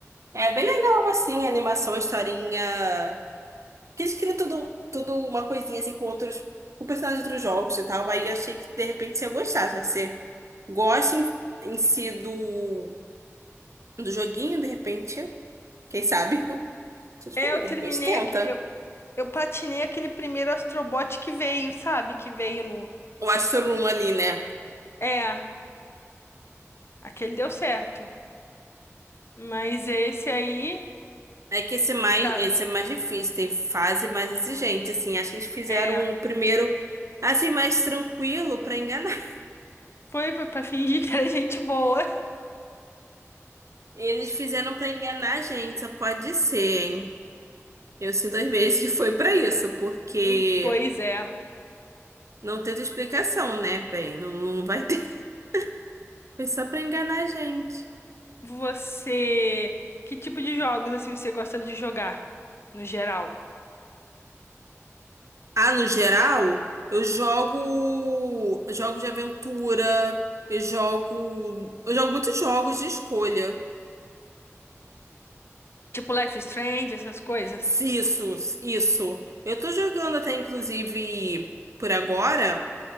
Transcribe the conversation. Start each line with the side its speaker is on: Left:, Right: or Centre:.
Right: É bem legal, assim, a animação, a historinha. Que eles criam tudo, tudo uma coisinha assim com outros. Com personagens de outros jogos e tal. Aí eu achei que de repente você ia gostar, já que você gosta em, em si do, do joguinho, de repente. Quem sabe? <laughs> Vocês
Left: Eu
Right: falam aí,
Left: terminei.
Right: de repente tenta.
Left: aqu- Eu, eu platinei aquele primeiro Astrobot que veio, sabe? Que veio no.
Right: O Astro Room ali, né?
Left: É, aquele deu certo. Mas esse aí.
Right: É que esse, é mais,
Left: Tá.
Right: esse é mais difícil, tem fase mais exigente, assim. Acho que eles fizeram
Left: É.
Right: o primeiro, assim, mais tranquilo pra enganar. <laughs>
Left: Foi pra pra fingir que era gente boa.
Right: Eles fizeram pra enganar a gente, só pode ser, hein? Eu sinto às vezes que foi pra isso, porque
Left: Hum, Pois é.
Right: não teve explicação, né, bem? Não, não vai ter. <laughs> Foi só pra enganar a gente.
Left: Você, que tipo de jogos assim você gosta de jogar no geral?
Right: Ah, no geral, eu jogo jogos de aventura, eu jogo, eu jogo muitos jogos de escolha.
Left: Tipo Life is Strange, essas coisas?
Right: Se Isso, isso. Eu tô jogando até, inclusive, por agora,